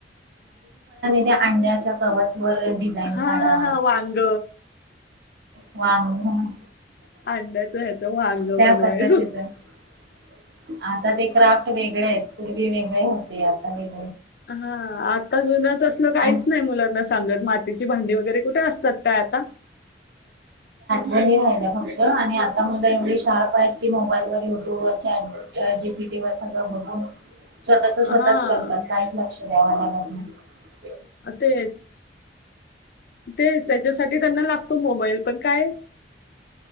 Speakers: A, on the right (about 65°); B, on the left (about 60°).
A: अंड्याचा कवच. वर डिझाईन
B: हा
A: काढा
B: हा हा वांग.
A: वांग
B: अंड्याचं ह्याचं वांग
A: त्या
B: बनवायचं
A: पद्धतीच आता ते क्राफ्ट वेगळे आहेत पूर्वी वेगळे होते आता वेग
B: हा आता जुनच असलं काहीच
A: आणि
B: नाही मुलांना. संगत मा तिची भांडी वगैरे कुठे असतात काय आता.
A: आणि राहिल्या फक्त आणि आता मला एवढी शार्प आहेत की मोबाईल वर युट्यूब वर चॅट जीपीटी वर सगळ बघून स्वतःच स्वतःच
B: हा
A: करतात काहीच लक्ष द्याव नाही. हो
B: तेच. तेच त्याच्यासाठी त्यांना लागतो मोबाईल पण काय. काय